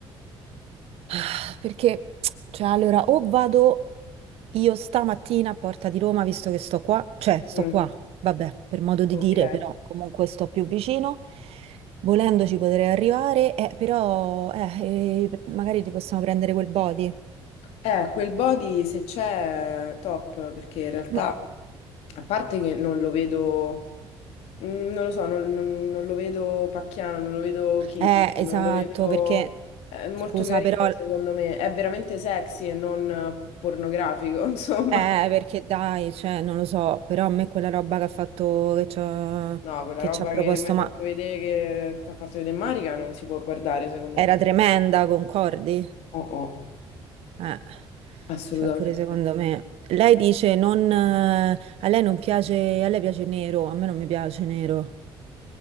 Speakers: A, on the right; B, on the left.
A: Ah, Perché, cioè, allora, o vado Io stamattina a Porta di Roma, visto che sto qua, cioè sto
B: Mm,
A: qua, vabbè, per modo di
B: ok.
A: dire, però comunque sto più vicino, volendoci potrei arrivare, eh, però eh, eh, magari ti possiamo prendere quel body.
B: Eh, quel body se c'è top, perché in realtà,
A: Ma...
B: a parte che non lo vedo, mm, non lo so, non, non- non lo vedo pacchiano, non lo vedo kitsch,
A: Eh,
B: non
A: esatto,
B: lo vedo...
A: perché,
B: È molto
A: scusa,
B: carino,
A: però, eh,
B: secondo me. È veramente sexy e non eh, pornografico, <laughs> insomma.
A: perché dai, cioè, non lo so, però a me quella roba che ha fatto, che ci ha,
B: No, quella
A: che
B: roba
A: ci ha proposto,
B: che mi hai fatto
A: ma
B: vedere, che ti ha fatto vedere Marica, non si può guardare, secondo
A: era
B: me.
A: tremenda, concordi?
B: Oh, oh,
A: Eh,
B: assolutamente.
A: cioè pure secondo me. Lei dice non, eh, a lei non piace, a lei piace nero, a me non mi piace nero.